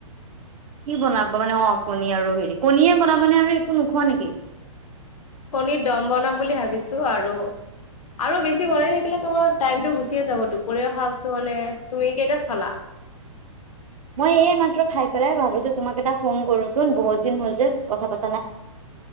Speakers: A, on the right; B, on the left.
A: কি বনাবা মানে অ কণী আৰু হেৰি কণীয়ে বনাবানে আৰু। একো নোখোৱা নেকি?
B: কণীৰ দম বনাম বুলি ভাবিছো আৰু। আৰু বেছি মন থাকিলে তোমাৰ টাইমটো গুচিয়ে যাব দুপৰীয়া সাজটো মানে তুমি কেইটাত খালা।
A: <unintelligible> মই এই মাত্ৰ খাই পেলাই ভাবিছো তোমাক এটা ফোন কৰোচোন বহুত দিন হল যে কথা পাতি ম।